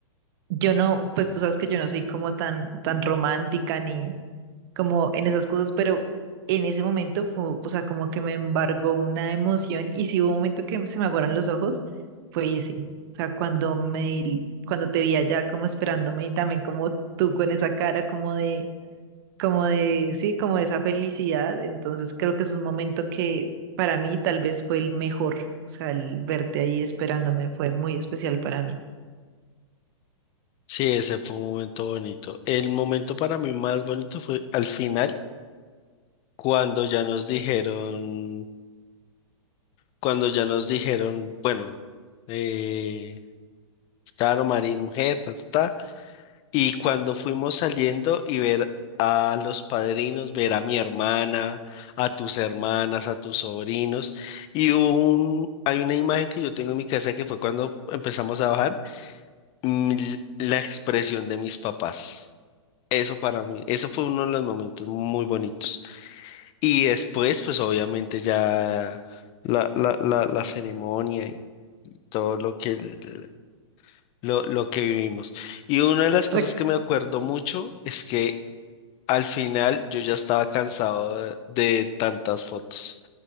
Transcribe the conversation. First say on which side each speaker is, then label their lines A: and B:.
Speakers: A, on the right; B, on the left.
A: yo no, pues tú sabes que yo no soy como tan, tan romántica ni como en esas cosas, pero en ese momento fue, o sea, como que me embargó una emoción y si hubo un momento que se me aguaron los ojos, fue ese. O sea, cuando me, di- cuando te vi allá como esperándome y también como tú con esa cara como de, como de, sí, como de esa felicidad. Entonces creo que es un momento que para mí tal vez fue el mejor. O sea, el verte ahí esperándome fue muy especial para mí.
B: Sí, ese fue un momento bonito. El momento para mí más bonito fue al final, cuando ya nos dijeron, cuando ya nos dijeron, bueno, eh, claro, María mujer, ta, ta, ta, y cuando fuimos saliendo y ver a los padrinos, ver a mi hermana, a tus hermanas, a tus sobrinos, y hubo un, hay una imagen que yo tengo en mi casa que fue cuando empezamos a bajar mm, la expresión de mis papás. Eso para mí, eso fue uno de los momentos muy bonitos. Y después, pues obviamente ya la, la, la, la ceremonia y todo lo que, el- lo, lo que vivimos. Y una de las cosas
A: Rec-
B: que me acuerdo mucho es que al final yo ya estaba cansado de, de tantas fotos.